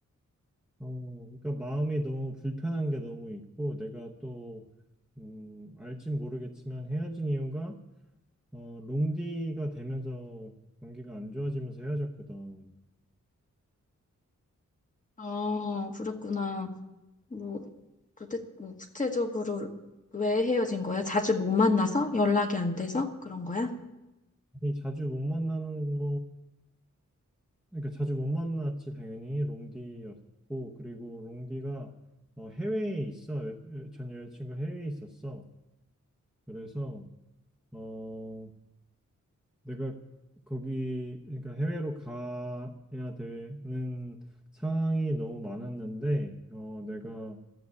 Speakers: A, in the centre; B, on the left.
A: 어, 그러니까 마음이 너무 불편한 게 너무 있고 내가 또 음, 알진 모르겠지만 헤어진 이유가 어, 롱디가 되면서 관계가 안 좋아지면서 헤어졌거든.
B: 어, 그랬구나. 뭐, 도대, 뭐, 구체적으로 왜 헤어진 거야? 자주 못 만나서? 연락이 안 돼서? 그런 거야?
A: 이 자주 못 만나는 그러니까 자주 못 만났지 당연히 롱디였고 그리고 롱디가 어, 해외에 있어 여- 여- 전 여자친구 해외에 있었어 그래서 어 내가 거기 그러니까 해외로 가야 되는 상황이 너무 많았는데 어 내가